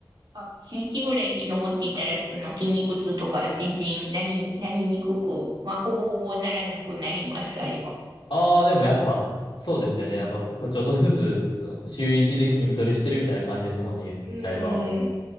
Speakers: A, on the right (about 70°); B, on the left (about 85°).
A: あ、週一ぐらいで登っていたら、その筋肉痛とか全然なり、なりにくく、まあ、ほぼほぼならなくなります、あれは。
B: ああ、でもやっぱ、そうですよね。
A: うん。
B: やっぱ、ちょっとずつ、そ週1で筋トレしてるみたいな感じですもんね、言っちゃえば。
A: うーん、